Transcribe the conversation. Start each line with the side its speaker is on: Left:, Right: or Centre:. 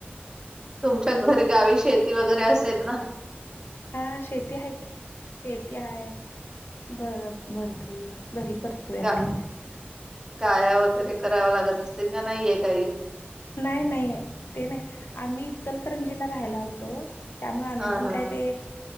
Right: तुमच्या घर गावी शेती वगैरे असेल ना.
Left: हा शेती आहे की. शेती आहे ब भरपूर. घरी करतोय आम्ही
Right: गा गाया वगैरे करावा लागत असते का नाहीये काही
Left: नाही नाही ते नाही. आम्ही ईचलकरंजीला राहायला होतो. त्यामुळे आम्ही
Right: हा
Left: पण
Right: हा
Left: काय ते